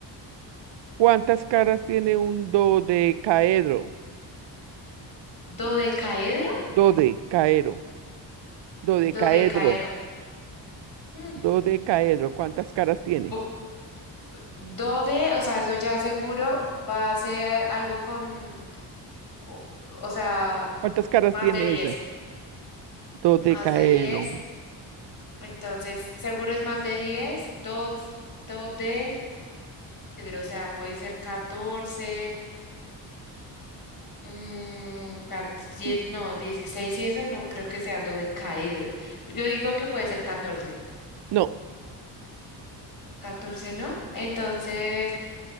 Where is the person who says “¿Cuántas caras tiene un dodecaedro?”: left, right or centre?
Right